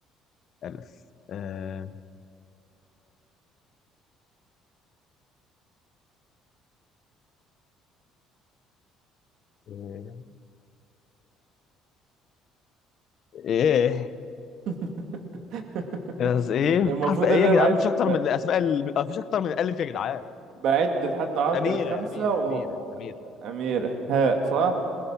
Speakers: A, on the left; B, on the right.
A: ألف آم، إيه إيه
B: <laughs>
A: بس إيه
B: المفروض
A: حرف إيه
B: ان
A: يا
B: انا
A: جدعان
B: بعد
A: مفيش أكتر
B: ب-
A: من الأسماء ال- مفيش أكتر من ألف يا جدعان
B: بعد لحد عشر
A: أميرة
B: خمسة
A: أميرة
B: وم...
A: أميرة أميرة
B: أميرة هاء صح